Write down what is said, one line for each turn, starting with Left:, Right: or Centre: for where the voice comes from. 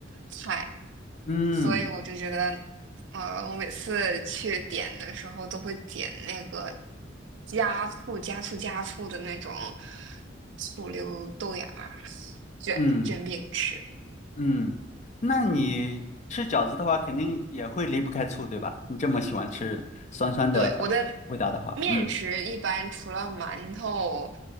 Right: 菜，
Left: 嗯
Right: 所以我就觉得，呃，我每次去点的时候都会点那个加醋、加醋、加醋的那种醋溜豆芽儿卷卷饼吃。
Left: 嗯。嗯，那你吃饺子的话，肯定也会离不开醋，对吧？你这么喜欢吃酸酸的味道的话，
Right: 对，我的面食一般除了馒头、
Left: 嗯